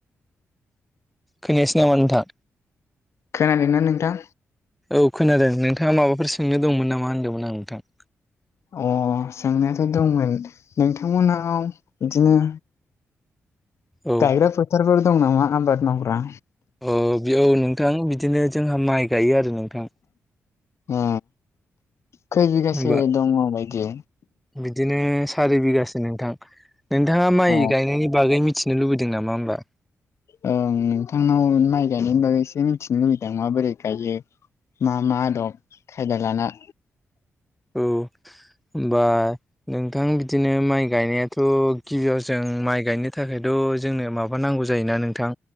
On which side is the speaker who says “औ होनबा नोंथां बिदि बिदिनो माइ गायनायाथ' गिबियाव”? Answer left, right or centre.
Centre